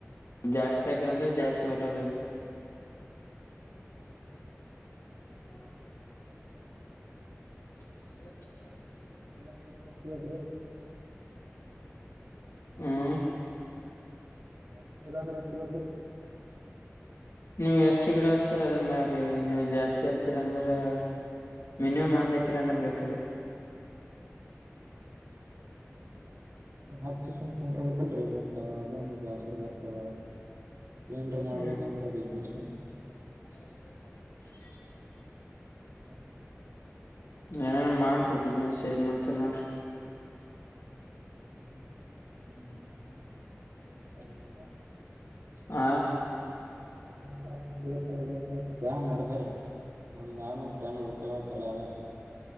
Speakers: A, on the left; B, on the right.
A: ಜಾಸ್ತಿ ಹಾಕಿರಂದ್ರೆ ಜಾಸ್ತಿ ಹೊಲ ಬು.
B: ಹ್ಮ್.
A: ಹ. ಹ.
B: ಮ ಎಲ್ಲ ಅಂದ್ರ ಬಿ ಎಷ್ಟ ಗಟ್ರಿ
A: ಹ್ಮ
B: ಬ ಬಲಂದ್ರಷ್ಟತ ಬೇಕು.
A: ನೀವ್ ಎಷ್ಟು ಗಿಡ ಹಚ್ತೀರ ಅದ್ರ ಮರಿ ನೀವ ಜಾಸ್ತಿ ಹತೀರಂದ್ರ ಮಿನಿಮಮ್ ಒಂದ್ ಎಕರಾನ ಬೇಕ ರೀ.
B: ಹ್ಮ್ ಹಚ್ಚಿ ಸುಮಕೊಂಡಿರ್ಬೇಕಲ್ರರಿ ಮತ್ತ ಅದ ಒಂದು ಬ್ಯಾಸರ್ ಬರ್ತದ ಏನ್ರ ಮಾಡ್ಬೇಕಂದ್ರ
A: ಹ್ಮ್
B: ಬಿಸ್ನೆಸ್
A: <inaudible>
B: ಹ <inaudible>
A: ಏನೇನ್ ಮಾಡ್ರಿ ಬಿಸ್ನೆಸ್ ಏನ್ ಮಾಡ್ತಾರ ನೋಡ್ರಿ
B: <inaudible>
A: ಆ
B: <unintelligible> ಜಾನ್ ನಡದಾರೆ ಒಂದ್ ಯನ ಪ್ರಾಣ ಬರ್ತವ ತಲದ